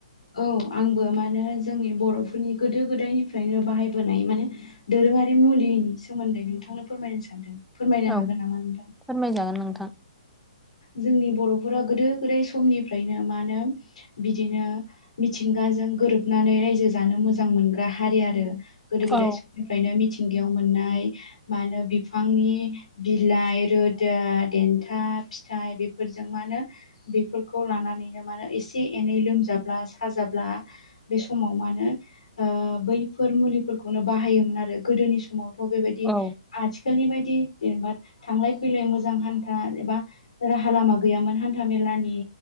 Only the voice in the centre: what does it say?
औ
फोरमायजागोन नोंथां
औ
औ